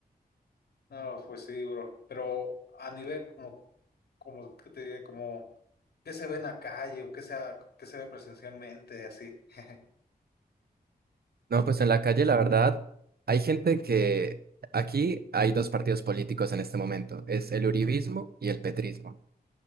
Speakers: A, on the left; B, on the right.
A: No, pues sí, bro. Pero a nivel como, como, ¿qué te diría? Como ¿Qué se ve en la calle o qué se, qué se ve presencialmente, así? <laughs>
B: No, pues en la calle, la verdad, hay gente que aquí hay dos partidos políticos en este momento, es el uribismo y el petrismo.